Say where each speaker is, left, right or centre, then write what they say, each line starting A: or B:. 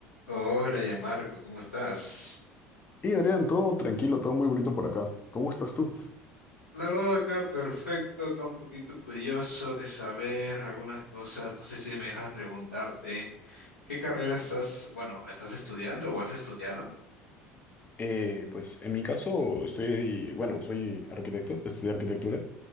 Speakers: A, on the left (about 80°); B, on the left (about 25°).
A: Hola, ya Marco, ¿cómo estás?
B: Y Adrián, todo tranquilo, todo muy bonito por acá. ¿Cómo estás tú?
A: La verdad acá perfecto, acá un poquito curioso de saber algunas cosas. No sé si me dejas preguntarte, ¿qué carrera estás, bueno, estás estudiando o has estudiado?
B: Eh, pues en mi caso, estoy, bueno, soy arquitecto, estudié arquitectura,